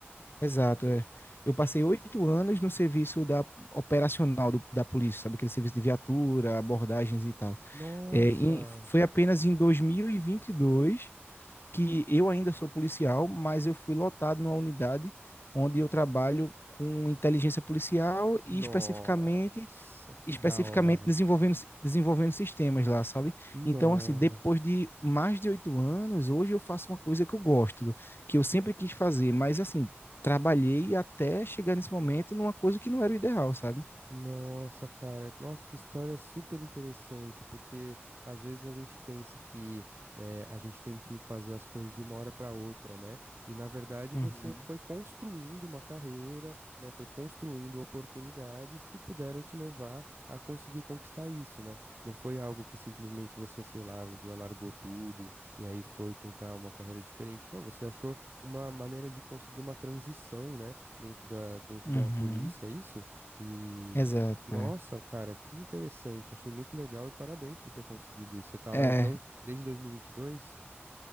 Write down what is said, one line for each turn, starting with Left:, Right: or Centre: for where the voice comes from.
Left: Exato, é. Eu passei oito anos no serviço da operacional do- da polícia, sabe? Aquele serviço de viatura, abordagens e tal.
Right: Nossa.
Left: É, em- foi apenas em 2022 que eu ainda sou policial, mas eu fui lotado numa unidade onde eu trabalho com inteligência policial
Right: Nossa,
Left: e especificamente
Right: que
Left: especificamente
Right: da hora.
Left: desenvolvendo, desenvolvendo sistemas lá, sabe?
Right: Nossa.
Left: Então, assim, depois de mais de oito anos, hoje eu faço uma coisa que eu gosto, que eu sempre quis fazer, mas, assim, trabalhei até chegar nesse momento numa coisa que não era o ideal, sabe?
Right: Nossa, cara, nossa, que história super interessante, porque às vezes a gente pensa que né, a gente tem que fazer as coisas de uma hora para outra, né? E na verdade
Left: Uhum,
Right: você foi construindo uma carreira, né? Foi construindo oportunidades que puderam te levar a conseguir conquistar isso, né? Não foi algo que simplesmente você, sei lá, um dia largou tudo e aí foi tentar uma carreira diferente. Não, você achou uma maneira de conseguir uma transição, né? Dentro da, dentro
Left: uhum.
Right: da polícia, é isso? E
Left: Exato,
Right: nossa,
Left: é.
Right: cara, que interessante. Achei muito legal e parabéns por ter conseguido isso. Você tá
Left: É,
Right: lá então desde 2022?